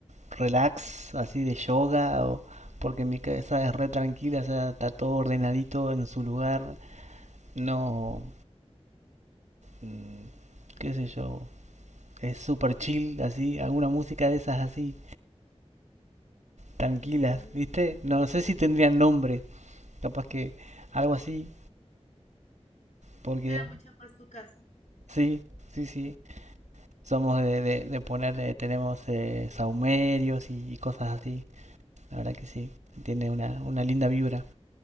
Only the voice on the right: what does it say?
relax, así de yoga? O, porque mi cabeza es re tranquila, o sea, está todo ordenadito en su lugar. No, mm, qué sé yo, es super chill, así, alguna música de esas así, tranquilas,
¿viste? No sé
si tendrían nombre, capaz que algo así, porque
sí, sí, sí. Somos de, de, de ponerle, tenemos eh, saumerios y, y cosas así, la verdad que sí, tiene una, una linda vibra.